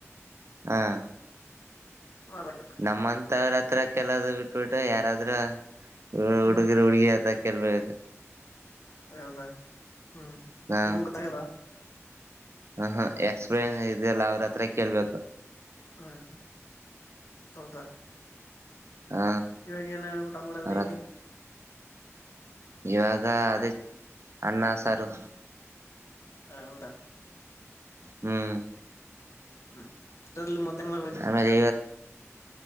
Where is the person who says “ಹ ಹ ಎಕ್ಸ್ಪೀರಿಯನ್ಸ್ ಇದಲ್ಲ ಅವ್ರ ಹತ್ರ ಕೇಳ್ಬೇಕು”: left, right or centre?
Right